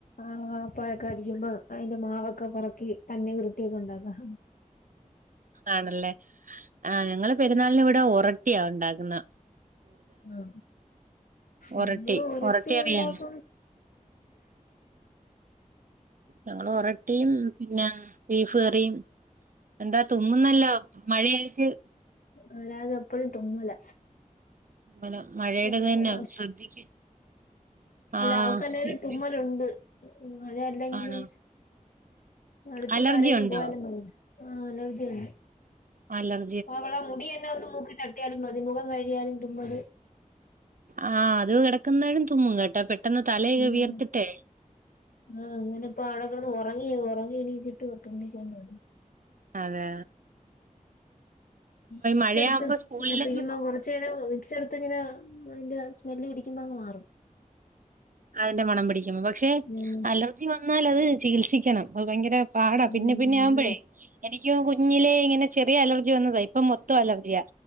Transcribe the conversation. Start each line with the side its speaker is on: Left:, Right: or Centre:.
Left: ആഹ് പഴൊക്കെ അടിക്കുമ്പോ അയിന്റെ മാവൊക്കെ പൊറക്കി തന്നെ ഉരുട്ടിയൊക്കെ ഉണ്ടാക്കും
Right: ആണല്ലേ ആഹ് ഞങ്ങള് പെരുന്നാളിന് ഇവിടെ ഉറട്ടിയാ ഉണ്ടാക്കുന്നെ
Left: ആ
Right: ഒറട്ടി
Left: നിങ്ങള് ഉറട്ടി
Right: ഒറട്ടി അറിയാലോ
Left: ഉണ്ടാക്കും
Right: ഞങ്ങള് ഉറട്ടിയും പിന്നെ ബീഫ് കറിം എന്താ തുമ്മുന്നല്ലോ മഴായിട്ട്
Left: അല്ലാതെ എപ്പഴും തുമ്മല
Right: വല്ല മഴയെടെ
Left: ജലദോഷ
Right: തന്നെയാവും ശ്രദ്ധിക്ക്
Left: അല്ല
Right: ആഹ്
Left: അവക്ക് അല്ലേലും
Right: ഇവിടെ
Left: തുമ്മലുണ്ട് മഴ അല്ലെങ്കിലും
Right: ആണോ
Left: അടുത്തൂടെ
Right: അലർജി
Left: ആരെങ്കിലും
Right: ഉണ്ടോ
Left: പോയാലും മതി ആഹ് അലർജിയുണ്ട്
Right: മലർ
Left: അവളെ മുടി എന്നെ വന്ന് മൂക്ക് തട്ടിയാലും മതി മുഖം കഴികിയാലും തുമ്മല്
Right: ആഹ് അത് കെടക്കുന്നാലും തുമ്മും കേട്ടോ പെട്ടെന്ന് തലയൊക്കെ
Left: ഉം
Right: വിയർത്തിട്ടെ
Left: ആഹ് അങ്ങനെപ്പൊ അവിടെ കെടന്ന് ഉറങ്ങി ഉറങ്ങി എണീച്ചിട്ട് <unintelligible>
Right: അതെ അതെ
Left: വിക്സ്
Right: മഴയാകുമ്പോ
Left: എടുത്ത്
Right: സ്കൂളിലൊന്നും
Left: അപ്പഴേക്കും കൊറച്ച് നേരം വിക്സ് എടു അപ്പ ഇങ്ങനെ അതിന്റെ സ്മെല് ഇടിക്കുമ്പോ അങ്ങ് മാറും
Right: അതിന്റെ മണം പിടിക്കിമ്പോ പക്ഷെ
Left: ഉം
Right: അലർജി വന്നാൽ അത് ചികിത്സിക്കണം അത് ഭയങ്കര- പാടാ
Left: ഉം
Right: പിന്നെ പിന്നെ ആവുമ്പോഴേ-
Left: ഇത്
Right: എനിക്കും കുഞ്ഞിലെ ഇങ്ങനെ ചെറിയ അലർജി വന്നതാ ഇപ്പൊ മൊത്തം അലർജിയാ